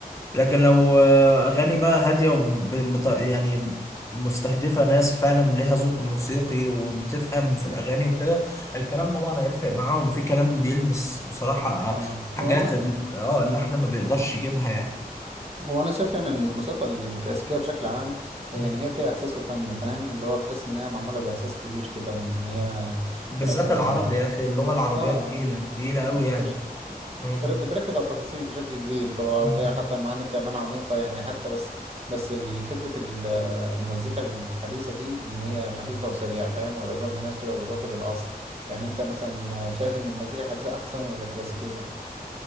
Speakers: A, on the left (about 20°); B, on the right (about 40°).
A: لكن لو آه، اغاني بقى هاديه ومت... يعني مستهدفه ناس فعلا ليها ذوق موسيقي وبتفهم في الاغاني وكده الكلام طبعا هيفرق معاهم في كلام بيلمس بصراحه
B: اه
A: حاجات
B: وانا
A: ال- اه اللحن ما بيقدرش يجيبها
B: هو انا شايف يعني ان الموسيقى الكلاسيكيه بشكل عام يعني
A: يعني
B: هي فيها احساس وفن فاهم اللي هو بتحس انها معموله باحساس كبير كده ان هي
A: بالذات
B: تركز
A: العربي
B: ع...
A: يا اخي اللغه العربيه
B: اه
A: تقيله تقيله قوي
B: <laughs>
A: يعني
B: تر-
A: مم.
B: تر- بتركز على التفاصيل بشكل كبير اللغه العربيه
A: مم.
B: حتى مع انك كمان عميقه يعني حتى بس بس ال- فكره ال- المزيكا الحديثه دي ان هي خفيفه وسريعه فاهم قريبه من الناس كده وبتواكب العصر يعني انت مثلا شايف ان المزيكا الحديثه احسن ولا الكلاسيكيه